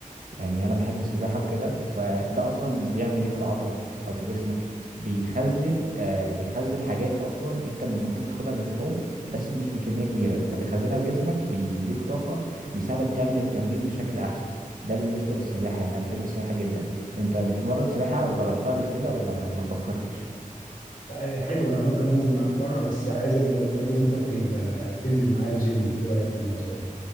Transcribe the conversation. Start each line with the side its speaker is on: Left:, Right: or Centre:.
Right: يعني انا بحب السباحه وكده فده اصلا بيعمل ايه في العضله او في جسمك بيخزن آه بيخزن حاجات اصلا انت المفروض بتاخدها من اللحوم بس مش بكميه كبيره فبيخزنها في جسمك بيديك طاقه بيساعدك تعمل التمرين بشكل احسن ده بالنسبه للسباحه يعني انا بحب السباحه جدا انت بتتمرن سباحه او جربتها قبل كده ولا ما فكرتش
Left: آه، حلو انا ممكن انزل معاك مره بس عايزك برضه انت تبقى تنزل معايا الجيم ايه رايك في الموضوع ده